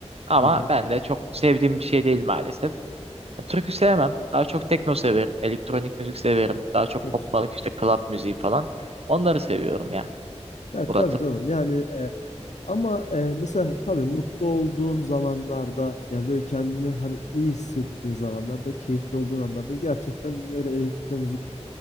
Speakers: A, on the right (about 60°); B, on the left (about 90°).
A: ama
B: Hı hı.
A: ben de çok sevdiğim bir şey değil maalesef. Yani türkü sevmem. Daha çok tekno severim. Elektronik müzik severim. Daha çok
B: Çok
A: kopmalık
B: güzel.
A: işte club müziği falan. Onları seviyorum ya
B: Ya
A: Murat'ım.
B: tabii canım yani e, ama e, mesela tabii mutlu olduğun zamanlarda yani böyle kendini hani iyi hissettiğin zamanlarda keyifli olduğun anlarda gerçekten böyle elektro müzik